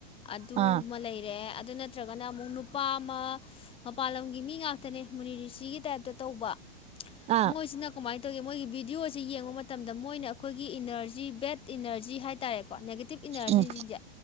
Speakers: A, on the left; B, on the right.
A: ꯑꯗꯨꯃ
B: ꯑꯥ
A: ꯂꯩ ꯑꯗꯨ ꯅꯠꯇ꯭ꯔꯒꯅ ꯑꯃꯨꯛ ꯅꯨꯄꯥ ꯑꯃ ꯃꯄꯥꯟ ꯂꯝꯒꯤ ꯃꯤ ꯉꯥꯛꯇꯅꯦ ꯃꯨꯅꯤꯔꯤꯁꯤꯒꯤ ꯇꯥꯏꯞꯇ ꯇꯧꯕ
B: ꯑꯥ ꯑꯥ
A: ꯃꯣꯏꯁꯤꯅ ꯀꯃꯥꯏꯅ ꯇꯧ ꯇꯧ ꯃꯣꯏꯒꯤ ꯚꯗꯤꯑꯣꯁꯤ ꯌꯦꯡꯉꯨ ꯃꯇꯝꯗ ꯃꯣꯏꯅ ꯑꯩꯈꯣꯏꯒꯤ ꯏꯅꯔꯖꯤ ꯕꯦꯠ ꯏꯅꯔꯖꯤ ꯍꯥꯏ ꯇꯥꯔꯦꯀꯣ ꯅꯦꯒꯦꯇꯤꯞ ꯏꯅꯔꯖꯤꯁꯤꯡꯁꯦ
B: ꯎꯝ